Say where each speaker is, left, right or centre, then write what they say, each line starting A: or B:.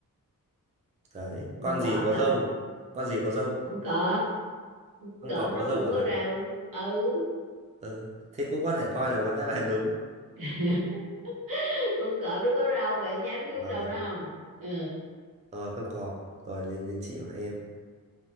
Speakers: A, on the right; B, on the right.
A: đấy
B: con
A: con
B: cọp
A: gì có râu
B: hả
A: con gì có râu
B: con cọp
A: con
B: cọp
A: cọp có
B: nó
A: râu
B: cũng
A: hả
B: có râu ừ
A: ừ. thế cũng có thể coi là một đáp án đúng
B: <laughs> con cọp nó có râu mà em dám vuốt
A: rồi
B: râu nó không ừ.
A: rồi con cọp rồi đến đến chị hỏi em